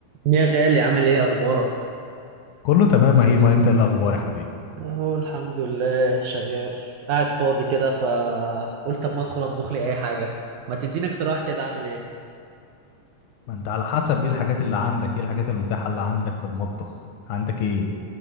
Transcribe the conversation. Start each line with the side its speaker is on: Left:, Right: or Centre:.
Right: يا غالي عامل ايه اخبارك
Left: كله تمام هي ما انت ايه الاخبار يا حبيبي
Right: اهو الحمد لله شغال قاعد فاضي كده فقلت طب ما ادخل اطبخ لي اي حاجه ما تديني اقتراح كده اعمل ايه
Left: ما انت على حسب ايه الحاجات اللي عندك ايه الحاجات المتاحة اللي عندك في المطبخ عندك ايه